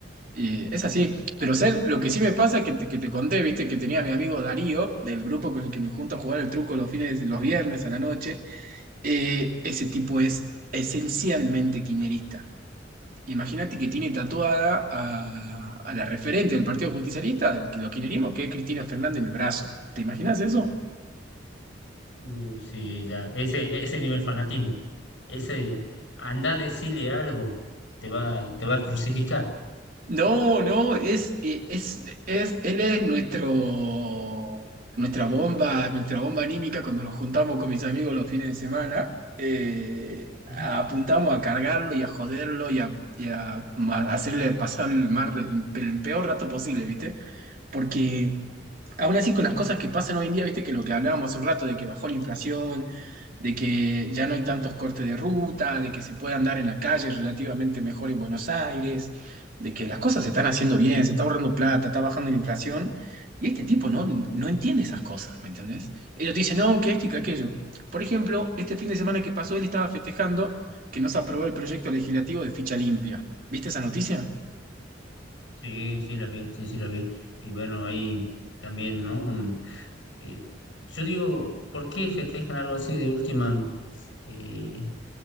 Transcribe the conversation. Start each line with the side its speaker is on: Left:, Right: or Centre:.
Right: Y es así, pero sé, lo que sí me pasa es que te, que te conté, viste, que tenía a mi amigo Darío, del grupo con el que me junto a jugar el truco los fines, los viernes a la noche, eh, ese tipo es esencialmente kirchnerista. Imagínate que tiene tatuada a, a la referente del Partido Justicialista, del, los kirchnerismo, que es Cristina Fernández, en el brazo. ¿Te imaginas eso?
Left: Uh, sí, ya. Ese, ese nivel fanatismo. Ese, anda a decirle algo. Te va, te va a crucificar.
Right: No, no, es, eh, es, es, él es nuestro, nuestra bomba, nuestra bomba anímica cuando nos juntamos con mis amigos los fines de semana. eh,
Left: ¿Mm?
Right: apuntamos a cargarlo y a joderlo y a, y a ma- hacerle pasar el, mar, el peor rato posible, ¿viste? Porque aún así con las cosas que pasan hoy en día, viste que lo que hablábamos hace un rato de que bajó la inflación, de que ya no hay tantos cortes de ruta, de que se puede andar en la calle relativamente mejor en Buenos Aires, de que las cosas se están haciendo bien, se está ahorrando plata, está bajando la inflación. Y este tipo no, no entiende esas cosas, ¿me entendés? Ellos te dicen, no, que esto y que aquello. Por ejemplo, este fin de semana que pasó, él estaba festejando que no se aprobó el proyecto legislativo de ficha limpia. ¿Viste esa noticia?
Left: Sí, sí, la vi, sí, sí, la vi. Y bueno, ahí también, ¿no? Un- eh, yo digo, ¿por qué festejan algo así de última? Eh,